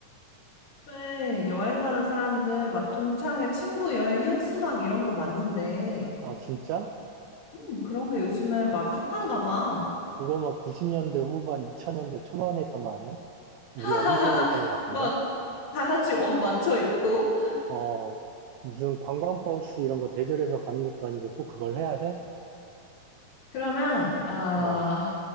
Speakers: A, on the left; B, on the right.
A: 요즘에 여행 가는 사람들 막 동창회 친구 여행 현수막 이런 거 만든대.
B: 아, 진짜?
A: 음, 그런 게 요즘에
B: 그,
A: 막 핫한가 봐.
B: 그거 막 90년대 후반, 2000년대 초반에 했던 거 아니야? 우리
A: <laughs>
B: 어릴 때나 했던 거 같은데?
A: 막 다 같이 옷 맞춰 입고.
B: 어, 무슨 관광버스 이런 거 대절해서 가는 것도 아니고 꼭 그걸 해야 돼?
A: 그러면, 어,
B: 어,